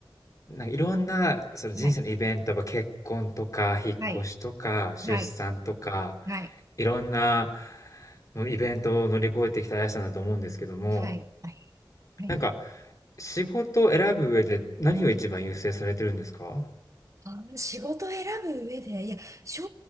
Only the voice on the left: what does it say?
なんかいろんな、その人生のイベント、
やっぱ結婚とか、引っ越しとか、
出産とか、
いろんな、もうイベントを乗り越えてきたあやさんだと思うんですけども、
なんか、仕事を選ぶ上で何を一番優先されてるんですか？